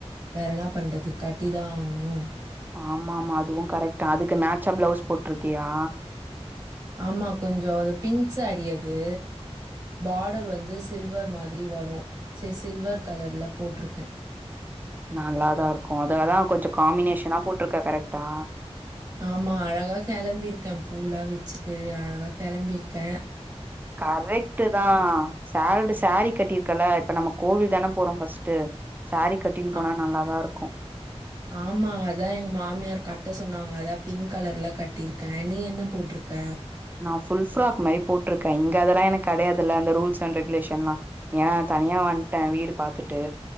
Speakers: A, on the right; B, on the right.
A: வேற என்ன பண்றது கட்டிதா ஆகணு
B: ஆம்மா ஆம்மா அதுவு கரெட்டா அதுக்கு மேட்சா பிளவுஸ் போட்ருக்கியா
A: ஆமா கொஞ்சோ அது பிங்க் ஸ்சேரீ அது பாடர் வந்து சில்வர் மாதிரி வரு சேரி சில்வர் கலர்ல போட்டுருக்க
B: நல்லாதா இருக்கு அததா கொஞ்சோ காம்பினேஷனா போட்ருக்க கரெக்டா?
A: ஆமா அழகா கெளம்பியிருக்கே பூ லா வச் வச்சுட்டு அழகா கெளம்பிருக்கே
B: கரெக்டு தா சேல்ரி சேரீ கட்டிருக்கல்ல இப்ப நம்ம கோவில் தான போறோ ஃபஸ்ட் சேரீ கட்டின்னு
A: அ
B: போனா நல்லாதா இருக்கு
A: ஆமா அதா எங்க மாமியார் கட்ட சொன்னாங்க அதா பிங்க் கலர்ல கட்டிருக்கே நீ என்ன போட்ருக்க
B: நா புல் ஃப்ராக் மாரி போட்ருக்கே இங்க அதெல்லா எனக்கு கெடயாதுல்ல அந்த ரூல்ஸ் அண்ட் ரெகுலேஷன் லா ஏனா தனியா ட்டே வீடு பாத்துட்டு